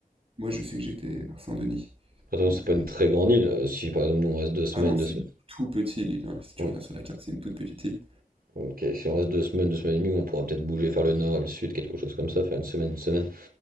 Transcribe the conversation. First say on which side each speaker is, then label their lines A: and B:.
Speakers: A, on the right (about 40°); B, on the right (about 85°).
A: moi, je sais que j'étais à Saint-Denis.
B: Attention,
A: Donc,
B: c'est pas une
A: euh,
B: très grande île. euh, Si par exemple nous on reste deux semaines,
A: Ah non,
B: deux
A: c'est
B: semaines.
A: une toute petite île. hein. Si tu
B: Hmm.
A: regardes sur la carte, c'est une toute petite île.
B: Ok, si on reste deux semaines, deux semaines et demie, on pourra peut-être bouger vers le nord et le sud, quelque chose comme ça, faire une semaine, une semaine.